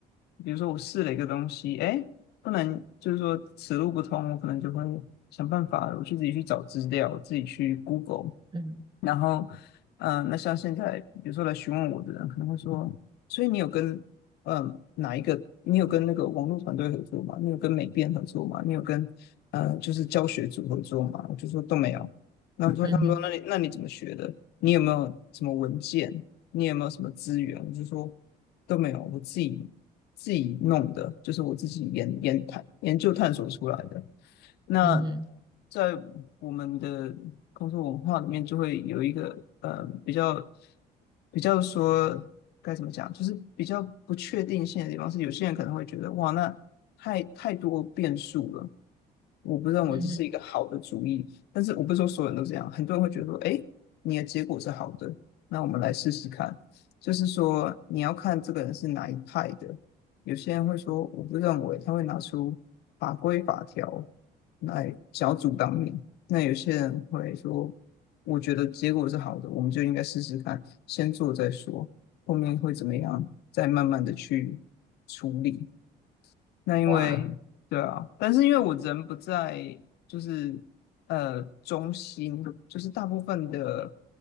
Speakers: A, on the left (about 75°); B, on the right (about 25°).
A: 比如说我试了一个东西，哎，不能就是说此路不通，我可能就会想办法，我去自己去找资料，自己去 Google，
B: 嗯
A: 然后，嗯、那像现在，比如说来询问我的人，可能会说，所以你有跟，嗯、哪一个？你有跟那个网络团队合作吗？你有跟美编合作吗？你有跟，呃，就是教学组合作吗？我就说都没有。那我说，
B: 嗯哼
A: 他们说，那你那你怎么学的？你有没有什么文件？你有没有什么资源？我就说都没有，我自己自己弄的，就是我自己研研探研究探索出来的。那
B: 嗯哼
A: 在我们的工作文化里面，就会有一个呃比较比较说该怎么讲，就是比较不确定性的地方是，有些人可能会觉得哇，那太太多变数了。我不认为这是一个好的主意，
B: 嗯哼，
A: 但是我不是说所有人都这样，很多人会觉得说，哎，你的结果是好的，那我们来试试看。就是说，你要看这个人是哪一派的。有些人会说，我不认为他会拿出法规法条来小组阻挡你那有些人会说，我觉得结果是好的，我们就应该试试看，先做再说，后面会怎么样，再慢慢的去处理。那因为嗯对啊，
B: 哇，
A: 但是因为我人不在，就是呃中心，就是大部分的